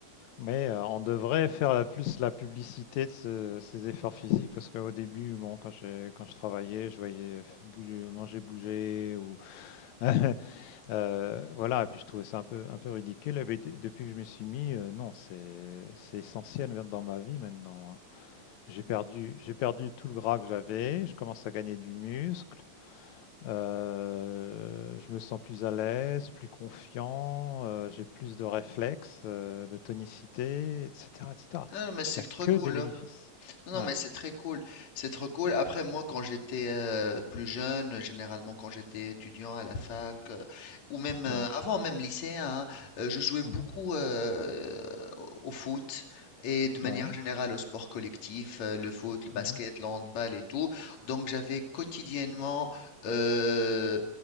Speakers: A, on the left; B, on the left.
A: Mais euh, on devrait faire la plus la publicité de ce- ces efforts physiques parce qu'au début, bon, quand j'ai quand je travaillais, je voyais f- bouger, manger, bouger ou <laughs> Euh, voilà, et puis je trouvais ça un peu, un peu ridicule. Et puis, de- depuis que je me suis mis, euh, non, c'est, c'est essentiel même dans ma vie maintenant. hein. J'ai perdu, j'ai perdu tout le gras que j'avais, je commence à gagner du muscle, euh, je me sens plus à l'aise, plus confiant, euh, j'ai plus de réflexes, euh, de tonicité, etc., etc.
B: Ah, mais c'est
A: Il n'y a
B: trop
A: que
B: cool.
A: des bénéfices.
B: hein. Non, non,
A: Ouais,
B: mais c'est très cool. C'est trop cool. Après, moi, quand j'étais euh, plus jeune, généralement quand j'étais étudiant à la fac, euh, ou même euh,
A: ouais,
B: avant, même lycéen, hein, euh, je jouais beaucoup
A: mhm,
B: euh, au au foot et de manière
A: ouais,
B: générale au sport collectif, euh, le foot, le basket,
A: mhm,
B: le handball et tout. Donc, j'avais quotidiennement, euh,